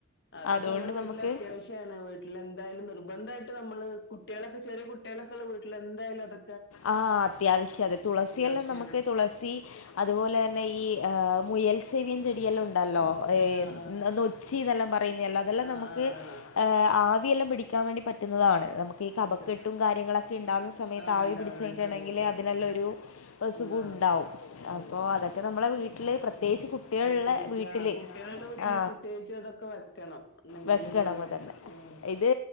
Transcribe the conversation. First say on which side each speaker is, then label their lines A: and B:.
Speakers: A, on the left (about 60°); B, on the left (about 80°).
A: അതൊക്കെ
B: അതുകൊണ്ട്
A: നമ്മളെ വീട്ട്ല്
B: നമുക്ക്
A: അത്യാവശ്യാണ് വീട്ട്ലെന്തായാലും നിർബന്ധായ് ട്ട് നമ്മള് കുട്ട്യേളൊക്കെ ചെറ്യേ കുട്ട്യേളൊക്കെള്ള വീട്ട്ല് എന്തായാലും അതൊ
B: ആഹ് അത്യാവശ്യ അത് തുളസിയെല്ലാം
A: അത്യാവശ്യാണ്
B: നമുക്ക് തുളസി അതുപോലെ തന്നെ ഈ ഏ മുയൽസെവിയൻ ചെടിയെല്ലൊം ണ്ടല്ലോ ഏഹ്
A: ആഹ്
B: ന നൊച്ചിന്നെല്ലാം പറയ്ന്നെ എല്ലാം അതെല്ലാം
A: ആഹ്
B: നമ്ക്ക്
A: ആഹ് ആഹ് ആഹ്
B: ഏഹ് ആവിയെല്ലാം പിടി ക്കാം വേണ്ടി പറ്റ്ന്നതാണ് നമ്ക്ക് ഈ കബക്കെട്ടും
A: അതെ
B: കാര്യങ്ങളൊക്കെണ്ടാവ്ന്ന സമയത്ത്
A: ആഹ്
B: ആവി
A: ഉണ്ടാവുന്ന
B: പിടി ച്ചയ്ഞ്ഞിട്ട്ണ്ടെങ്കില്
A: സമയത്ത്
B: അതിനെല്ല
A: അതാണ്
B: ഒരു ബ സുഖുണ്ടാവും
A: ഉം ആഹ് ഉം
B: അപ്പോ അതൊക്കെ നമ്മളെ വീ ത്തിലേ പ്ര പ്രത്യേകിച്ച് കുട്ടികൾള്ള
A: പ്രത്യേകിച്ച്
B: വീട്ടില്
A: ആ കുട്ടികളുടെ വീട്ടില്
B: ആ
A: പ്രത്യേകിച്ച് അതൊക്കെ വെക്കണം എന്നെങ്കിലല്ലേള്ളൂ
B: വെക്കണം അതെന്നെ
A: ഉം
B: ഇത്